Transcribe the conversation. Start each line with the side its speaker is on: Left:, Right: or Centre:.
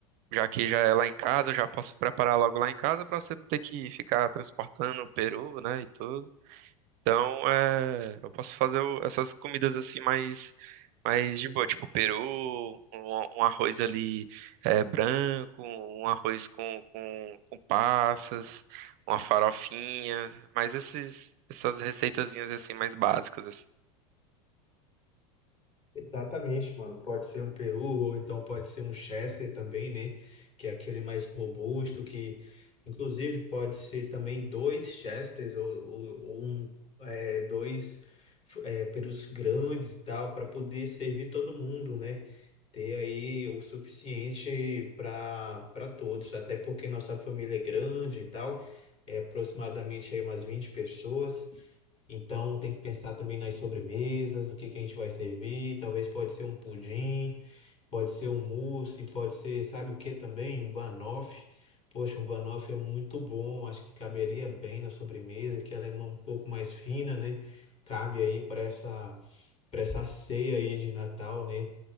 Right: já que já é lá em casa, eu já posso preparar logo lá em casa pra você não ter que ficar transportando o peru, né, e tudo. Então, é, eu posso fazer o- essas comidas assim mais, mais de boa, tipo peru, um, um arroz ali é, branco, um arroz com, com, com passas, uma farofinha, mas esses, essas receitazinhas assim mais básicas assim.
Left: Exatamente, mano. Pode ser um peru, ou então pode ser um Chester também, né? Que é aquele mais robusto, que inclusive pode ser também dois Chesters ou, ou- ou um, é, dois f- é, perus grandes e tal, para poder servir todo mundo, né? Ter aí o suficiente para para todos, até porque nossa família é grande e tal, é aproximadamente aí umas 20 pessoas. Então tem que pensar também nas sobremesas, o que que a gente vai servir. Talvez pode ser um pudim, pode ser um mousse, pode ser, sabe o que também? Um banoffee. Poxa, um banoffee é muito bom. Acho que caberia bem na sobremesa, que ela é uma- um pouco mais fina, né? Cabe aí para essa para essa ceia aí de Natal, né?